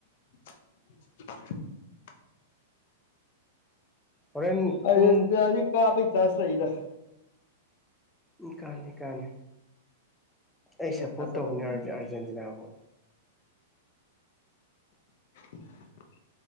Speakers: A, on the left; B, in the centre.
A: <inaudible>
B: ꯍꯣꯔꯦꯟ
A: ꯑꯥꯔꯖꯦꯟꯇꯤꯅꯥꯗꯤ
B: ꯄꯨꯡ
A: ꯀꯥꯕꯩ ꯆꯥꯟꯁ ꯂꯩꯗ
B: ꯎꯝ ꯀꯥꯅꯤ ꯀꯥꯅꯤ
A: ꯑꯩꯅ
B: ꯑꯩ ꯁꯞꯄꯣꯔꯠ
A: ꯊꯥꯖꯕꯗꯤ
B: ꯇꯧꯕꯅꯦ
A: ꯑꯃꯨꯛ
B: ꯑꯥꯔꯖꯦꯟꯇꯤꯅꯥꯕꯨ
A: <inaudible>